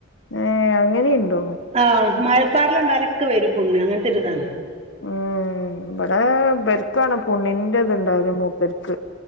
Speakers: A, on the left; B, on the right.
A: ഏഹേ അങ്ങനീണ്ടോ?
B: ആഹ് മഴപ്പാറല് കൊണ്ടാലൊക്കെ വെരും പുണ്ണ് അങ്ങൻത്തൊരിതാ
A: മ് ഇബടെ ഇബൽ ക്കാണ് പുണ്ണിന്റെത്ണ്ടാവല് മൂപ്പര്ക്ക്